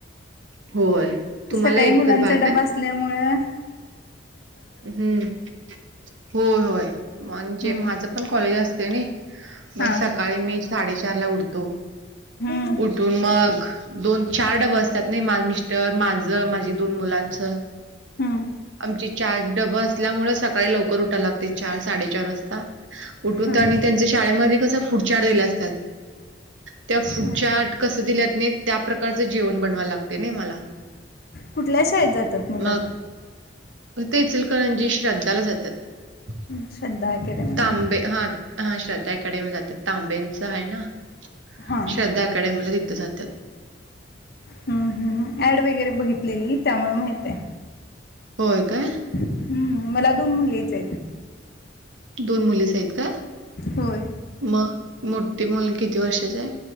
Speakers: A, on the right; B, on the left.
A: होय. तुम्हाला
B: सकाळी
A: एकच
B: मुलांचा
A: बाळ
B: डबा
A: काय?
B: अस- असल्यामुळ-
A: हम्म, होय, होय, म्हणजे
B: हम्म
A: माझं पण कॉलेज असतय नाही. मग
B: हां
A: सकाळी मी साडेचारला उठतो.
B: हम्म
A: तून मग, दोन, चार डबं असत्यात नाही, मा मिस्टर, माझं, माझी दोन मुलांचं.
B: हं.
A: आमची चार डबं असल्यामुळे, सकाळी लवकर उठायला लागतय. चार, साडेचार वाजता. उठून
B: हां
A: त्यांनी त्यांच शाळेमध्ये कस फुडचार्ट दिला असतात. त्या फूडचार्ट
B: हां
A: कस दिल्यात नाही, त्या प्रकारचं जेवण बनवाव लागते नाही मला.
B: कुठल्या शाळेत जातात मुलं?
A: मग ते इचलकरंजी श्रद्धाला जात्यात.
B: श्रद्धा अकॅडमी
A: तांबे हा- हा, श्रद्धा अकॅडमी जातात. तांब्यांंच आहे ना,
B: हां
A: श्रद्धा अकॅडमीला तिथ जातात.
B: हं, हं. ऍड वगैरे बघितलेली त्यामुळ माहित्या.
A: होय काय?
B: हम्म, मला दोन मुलीच आहेत.
A: दोन मुलीच आहेत काय?
B: होय
A: मग मोठी मुल किती वर्षाची आहे?